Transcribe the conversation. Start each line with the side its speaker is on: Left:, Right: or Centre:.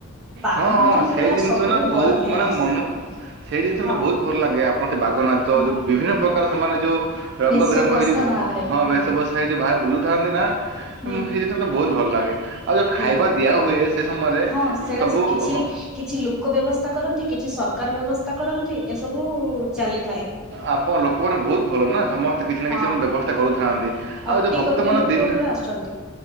Centre: ବାଘ
Right: ହଁ,
Centre: ନାଚ
Right: ହଁ,
Centre: ପୁରା
Right: ସେ ଜିନିଷ
Centre: ସବୁଠୁ
Right: ନା ବହୁତ
Centre: ବଡ ଫେମସ୍
Right: ମାନେ, ମନ ସେଇ ଜିନିଷ
Centre: ହଁ
Right: ମେ ବହୁତ ଭଲ ଲାଗେ ଆପଣ ସେ ବାଘ ନାଚ, ଯୋଉ
Centre: ହଁ।
Right: ବିଭିନ୍ନ ପ୍ରକାର ସେମାନେ ଯୋଉ ରଙ୍ଗ
Centre: ଭେଷ
Right: ବିରଙ୍ଗ
Centre: ଭସା
Right: ହେଇଯିବ,
Centre: ବାହାରେ
Right: ହଁ
Centre: ହୁଁ
Right: ବେଶଭୂଷା ହେଇଯ ବାହା ବୁଲୁଥାନ୍ତି ନା
Centre: ହୁଁ
Right: ସେଇ ଜିନିଷ ବହୁତ ଭଲ ଲାଗେ। ଆଉ ଯେଉଁ ଖାଇବା
Centre: ହୁଁ,
Right: ଦିଆ ହୁଏ ସେ ସମୟରେ
Centre: ହଁ ସେଇଟା
Right: ସବୁ
Centre: କିଛି
Right: ହଁ
Centre: କିଛି ଲୋକ ବ୍ୟବସ୍ଥା କରନ୍ତି, କିଛି ସରକାର ବ୍ୟବସ୍ଥା କରନ୍ତି, ଏସବୁ ଚାଲିଥାଏ।
Right: ଆପ ଲୋକମାନେ ବହୁତ ଭଲ ନା, ସମସ୍ତେ କିଛି ନା
Centre: ହଁ
Right: କିଛି ମାନେ ବ୍ୟବସ୍ଥା କରୁଥାନ୍ତି। ଆଉ
Centre: କୋଟି
Right: ଯୋଉ ଭକ୍ତ
Centre: କୋଟି
Right: ମାନଙ୍କ
Centre: ଲୋକ
Right: ଦିନ,
Centre: ପୁରା ଆସନ୍ତି